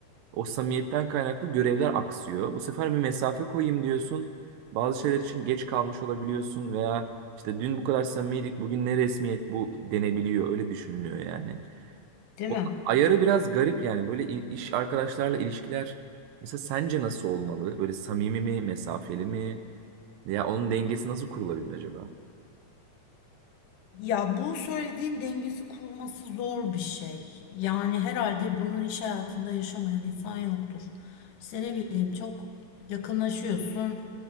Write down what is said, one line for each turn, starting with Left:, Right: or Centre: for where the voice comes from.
Right: o samimiyetten kaynaklı görevler aksıyor. Bu sefer bir mesafe koyayım diyorsun. Bazı şeyler için geç kalmış olabiliyorsun veya işte dün bu kadar samimiydik bugün ne resmiyet bu denebiliyor öyle düşünülüyor yani.
Left: Değil
Right: Onun
Left: mi?
Right: ayarı biraz garip yani böyle i- iş arkadaşlarla ilişkiler mesela sence nasıl olmalı? Böyle samimi mi mesafeli mi veya onun dengesi nasıl kurulabilir acaba?
Left: Ya bu söylediğin dengesi kurulması zor bir şey. Yani herhalde bunun iş hayatında yaşamayan insan yoktur. İşte ne bileyim çok yakınlaşıyorsun,